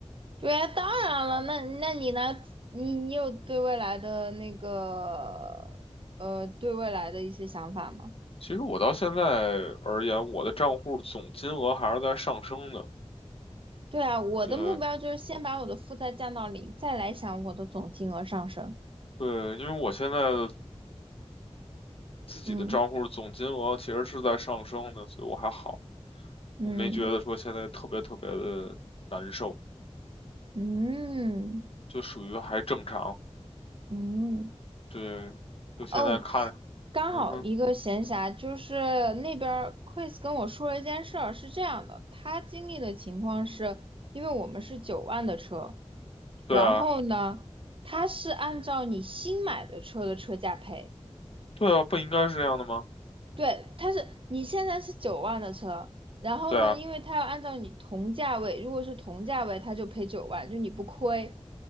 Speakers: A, on the right; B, on the left.
A: 对啊，当然了，那那你呢？你你有对未来的那个，呃，对未来的一些想法吗？
B: 其实我到现在而言，我的账户总金额还是在上升的。
A: 对啊，我的目标就是先把我的负债降到零，
B: 对
A: 再来想我的总金额上升。
B: 对，因为我现在的自己的账户总金额其实是在上升的，
A: 嗯
B: 所以我还好，
A: 嗯
B: 我没觉得说现在特别特别的难受。
A: 嗯
B: 就属于还正常。
A: 嗯。嗯
B: 对，就现在看，
A: 哦，刚好一个闲暇，
B: 嗯哼，
A: 就是那边儿 Chris 跟我说了一件事儿，是这样的，他经历的情况是，因为我们是九万的车，然后呢，
B: 对啊，
A: 他是按照你新买的车的车价赔，
B: 对啊，不应该是这样的吗？
A: 对，他是你现在是九万的车，然后呢，
B: 对啊，
A: 因为他要按照你同价位，如果是同价位，他就赔九万，就你不亏，